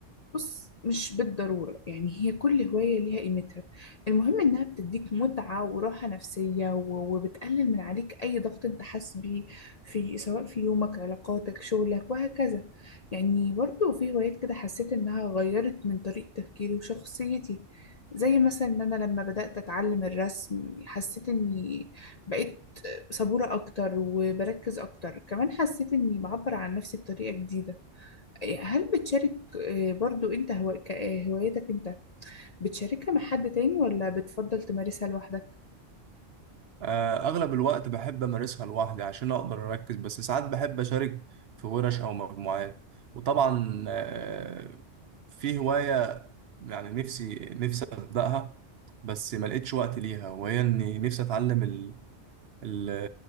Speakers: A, on the left; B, on the right.
A: بص مش بالضرورة يعني هي كل هواية ليها قيمتها المهم إنها بتديك متعة وراحة نفسية و- وبتقلل من عليك أي ضغط أنت حاسس بيه في سواء في يومك علاقاتك شغلك وهكذا يعني برضو في هوايات كده حسيت إنها غيرت من طريقة تفكيري وشخصيتي زي مثلا إن أنا لما بدأت أتعلم الرسم حسيت إني بقيت صبورة أكتر وبركز أكتر كمان حسيت إني بعبر عن نفسي بطريقة جديدة هل بتشارك آه، برضو انت هو... ك- آه، هوايتك انت بتشاركها مع حد تاني ولا بتفضل تمارسها لوحدك
B: آه، أغلب الوقت بحب أمارسها لوحدي عشان أقدر أركز بس ساعات بحب أشارك في ورش أو مجموعات وطبعا آه، في هواية يعني نفسي نفسي أبدأها بس ما لقيتش وقت ليها وهي إني نفسي أتعلم ال- ال-